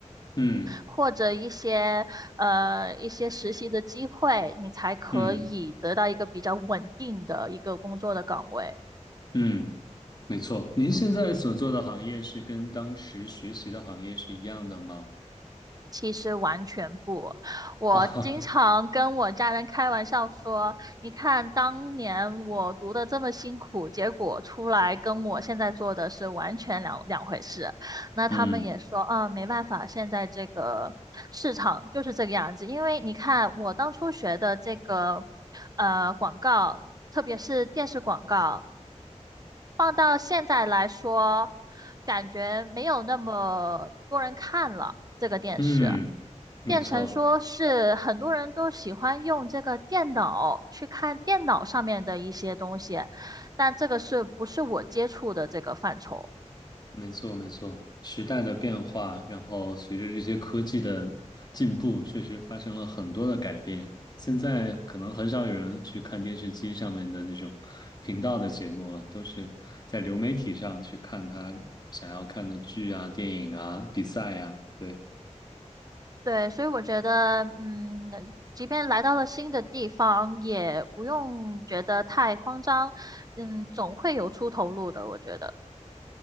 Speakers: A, on the left; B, on the right.
A: 嗯
B: 或者一些呃一些实习的机会，你才可以得到一个比较稳定的一个工作的岗位。
A: 嗯嗯，没错。您现在所做的行业是跟当时学习的行业是一样的吗？
B: 其实完全不，
A: <laughs>
B: 我经常跟我家人开玩笑说，
A: 啊哈哈，
B: 你看当年我读的这么辛苦，结果出来跟我现在做的是完全两两回事。那他们也说，
A: 嗯
B: 啊，没办法，现在这个市场就是这个样子。因为你看我当初学的这个呃广告，特别是电视广告。放到现在来说，感觉没有那么多人看了这个电视，
A: 嗯，没错。
B: 变成说是很多人都喜欢用这个电脑去看电脑上面的一些东西，但这个是不是我接触的这个范畴？
A: 没错，没错，时代的变化，然后随着这些科技的进步，确实发生了很多的改变。现在可能很少有人去看电视机上面的那种频道的节目了，都是在流媒体上去看他想要看的剧啊、电影啊、比赛呀。对，
B: 对，所以我觉得，嗯，即便来到了新的地方，也不用觉得太慌张，嗯，总会有出头路的，我觉得。